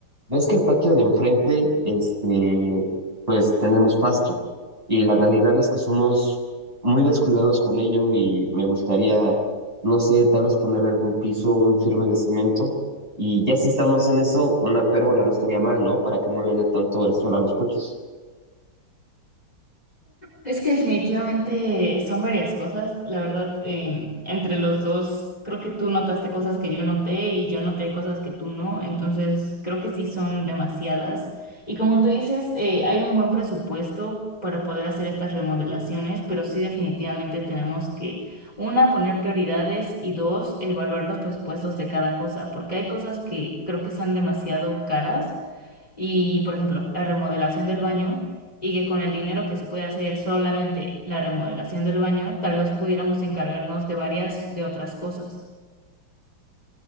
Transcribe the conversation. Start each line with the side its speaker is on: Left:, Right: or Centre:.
Right: ves que el patio de enfrente, este, pues tenemos pasto y la realidad es que somos muy descuidados con ello y me gustaría, no sé, tal vez ponerle algún piso, un firme de cemento y ya si estamos en eso, una pérgola no estaría mal, ¿no? Para que no le dé tanto el sol a los coches.
Left: Es que definitivamente son varias cosas. La verdad, eh, entre los dos, creo que tú notaste cosas que yo noté y yo noté cosas que tú no. Entonces, creo que sí son demasiadas. Y como tú dices, eh, hay un buen presupuesto para poder hacer estas remodelaciones, pero sí definitivamente tenemos que, una, poner prioridades y dos, evaluar los presupuestos de cada cosa, porque hay cosas que creo que son demasiado caras y, por ejemplo, la remodelación del baño, y que con el dinero que se puede hacer solamente la remodelación del baño, tal vez pudiéramos encargarnos de varias de otras cosas.